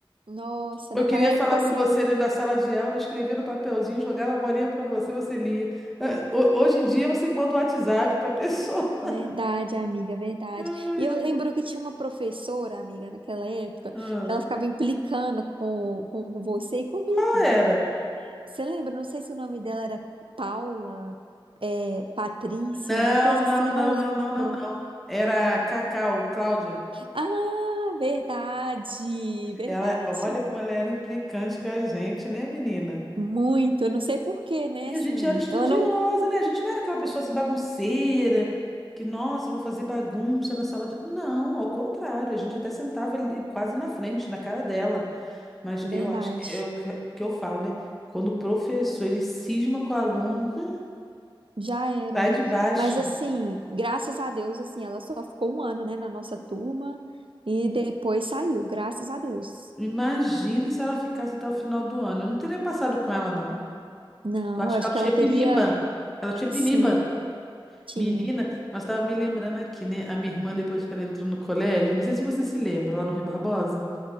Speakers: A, on the right; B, in the centre.
A: Nossa,
B: Eu
A: naquela
B: queria
A: época,
B: falar
A: assim.
B: com você dentro da sala de aula, eu escrevia no papelzinho, jogava a bolinha pra você, você lia. Ah, ho- Hoje em dia você manda o WhatsApp pra pessoa.
A: Verdade, amiga, verdade.
B: <laughs> Ai,
A: E eu
B: ai.
A: lembro que tinha uma professora, amiga, naquela época,
B: Ah,
A: que ela ficava implicando com, com você e comigo.
B: Qual era?
A: Você lembra? Não sei se o nome dela era Paula, é, Patrícia,
B: Não,
A: uma coisa
B: não,
A: assim, eu
B: não,
A: não
B: não,
A: lembro.
B: não, não, não. Era a Cacau, Cláudia.
A: Ah, verdade, verdade.
B: Ela, olha como ela era implicante com a gente, né, menina?
A: Muito, eu não sei por quê, né?
B: E
A: Assim,
B: a gente era estudiosa,
A: ela não.
B: né? A gente não era aquela pessoa assim bagunceira, que, nossa, eu vou fazer bagunça na sala de. Não, ao contrário, a gente até sentava ali quase na frente, na cara dela. Mas
A: Verdade.
B: eu acho, é o que que eu falo, né? Quando o professor ele cisma com o aluno, hum,
A: Já era.
B: sai de baixo.
A: Mas assim, graças a Deus, assim, ela só ficou um ano, né, na nossa turma e depois saiu, graças a Deus.
B: Imagine se ela ficasse até o final do ano. Eu não teria passado com ela, não.
A: Não,
B: Eu acho
A: eu acho
B: que ela
A: que
B: tinha
A: ela teria,
B: pinimba. Ela tinha pinimba.
A: sim, tinha.
B: Menina, mas estava me lembrando aqui, né? A minha irmã, depois que ela entrou no colégio, não sei se você se lembra, lá no Rui Barbosa,